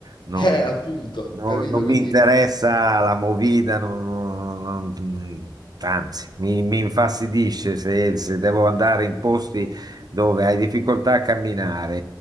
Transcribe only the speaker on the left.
Eh, appunto,
capito?
Quindi,